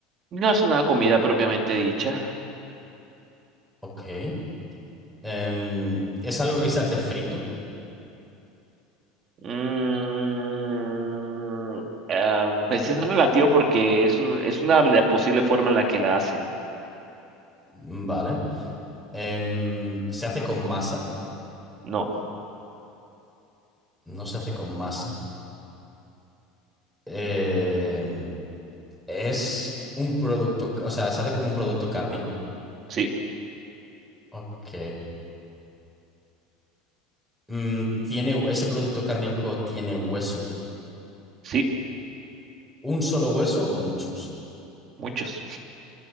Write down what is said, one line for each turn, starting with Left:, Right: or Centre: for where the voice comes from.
Right: No es una comida propiamente dicha.
Centre: Ok. Em, ¿es algo que se hace frito?
Right: Mm, ah, pues es relativo porque es un- es una posible forma en la que la hacen.
Centre: Vale. Em, ¿se hace con masa?
Right: No,
Centre: No se hace con masa. Em, ¿es un producto, o sea, se hace con un producto cárnico?
Right: sí,
Centre: Ok. Mm, ¿tiene, ese producto cárnico tiene hueso?
Right: sí,
Centre: ¿Un solo hueso o muchos?
Right: muchos.